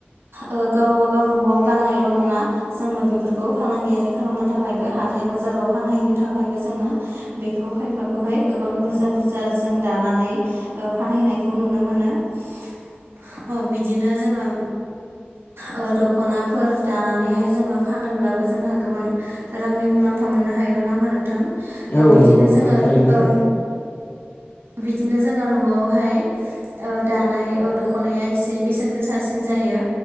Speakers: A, on the right (about 80°); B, on the left (about 70°).
A: ओ गावबागाव न'आव गाननायल' नङा। जोङो बेफोरखौ फालांगियारि खालामनो थाखायबो हाथाय बाजाराव फानहैनो थाखायबो जोङो। बेखौ खायफाखौहाय गोबां बुरजा बुरजा जों दानानै। ओ फानहैनायखौ नुनो मोनो ओ बिदिनो जोङो। ओ दख'नाफोर दानानैहाय जोङो फानोब्लाबो जोंहा गोबां। रांनि मुलाम्फा मोननो हायो नङा होमबा नोंथां ओ
B: औ
A: बिदिनो
B: नंगौ नोंथां
A: जोङो
B: थारैनो
A: ओ। बिदिनो जोंङो न आवहाय ओ दानाय ओ। दख'नाया एसे बेसेन गोसासिन जायो